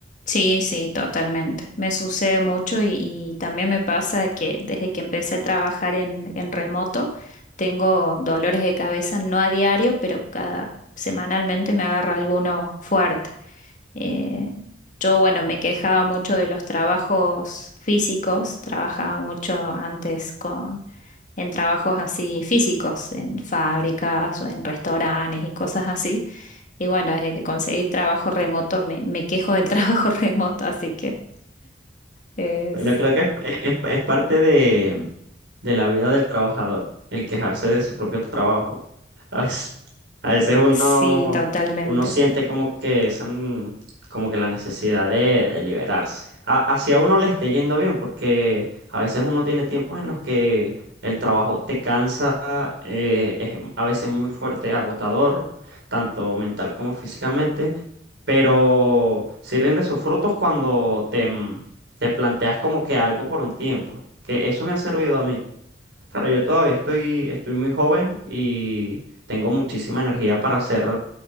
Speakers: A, on the left; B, on the right.
A: Sí, sí, totalmente. Me sucede mucho y, y también me pasa que desde que empecé a trabajar en, en remoto, tengo dolores de cabeza, no a diario, pero cada semanalmente me agarra alguno fuerte. Eh, yo, bueno, me quejaba mucho de los trabajos físicos, trabajaba mucho antes con, en trabajos así físicos, en fábricas o en restaurantes y cosas así. Y bueno, desde que conseguí trabajo remoto, me, me quejo del <laughs> trabajo remoto, así que es,
B: Bueno, creo que es, es- es parte de, de la vida del trabajador, el quejarse de su propio trabajo. <laughs> A veces uno
A: sí, totalmente,
B: uno siente como que esa, mm, como que la necesidad de, de liberarse. A- hacia uno le esté yendo bien, porque a veces uno tiene tiempos en los que el trabajo te cansa, eh, es a veces muy fuerte, agotador, tanto mental como físicamente, pero sí rinde sus frutos cuando te, mm, te planteas como que algo por un tiempo, que eso me ha servido a mí. Claro, yo todavía estoy, estoy muy joven y tengo muchísima energía para hacer